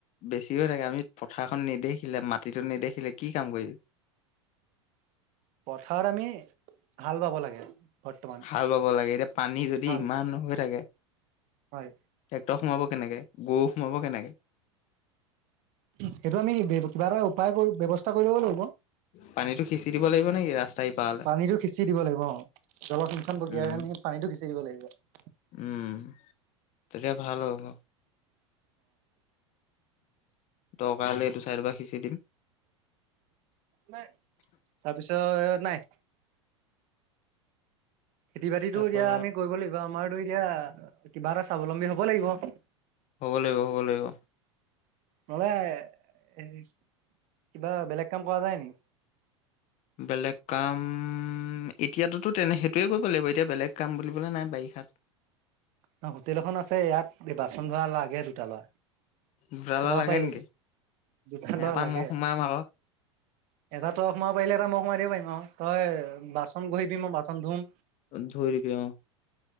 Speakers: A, on the left; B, on the right.
A: বেছি হৈ থাকে আমি পথাৰখন নেদেখিলে মাটিতটো নেদেখিলে কি কাম কৰিবি?
B: পথাৰত আমি হাল বাব লাগে। বৰ্তমান
A: হাল বাব লাগে এতিয়া পানী যদি
B: হাল
A: ইমান হৈ থাকে।
B: হয়।
A: ট্ৰেক্টৰ সোমাব কেনেকে গৰু সোমাব কেনেকে।
B: সেইটো আমি কিবা এটা উপায় ব্যৱস্থা কৰি লব লাগিব
A: পানীতটো সিঁচি দিব লাগিব নেকি ৰাস্তাই ইপাৰলে
B: পানীটো সিঁচি দিব লাগিব অ। জলসিঞ্চন প্ৰক্ৰিয়াৰে
A: উম
B: আমি পানীটো সিছি দিব লাগিব।
A: উম তেতিয়া ভাল হ'ব। তকালে এইটো চাইড পৰা সিঁচি দিম।
B: নাই তাৰপিছত নাই। খেতি বাতিটো
A: তাৰপা
B: এতিয়া আমি কৰিব লাগিব আমাৰো এতিয়া কিবা এটা স্বাৱলম্বী হব লাগিব?
A: হ'ব লাগিব হ'ব লাগিব?
B: নহলে এ কিবা বেলেগ কাম কৰা যায় নি।
A: বেলেগ কাম এতিয়াততো তেনে সেইটোৱে কৰিব লাগিব এতিয়া বেলেগ কাম বুলিবলে নাই বাৰিষাত। <unintelligible>
B: ন হোটেল এখন আছে ইয়াত বাচন ধৰা লাগে দুটা ল'ৰা।
A: দুডালৰ
B: সোমাব
A: লাগে
B: পাৰি
A: নেকি
B: দোতা
A: এটা
B: লৰা লাগে।
A: মই সোমাম আকৌ
B: এটা তই সোমাব পাৰিলে এটা মই সোমাই দিব পাৰিম অ তই বাচন বহিবি মই বাচন ধুম।
A: ধোই থাকিবা অ।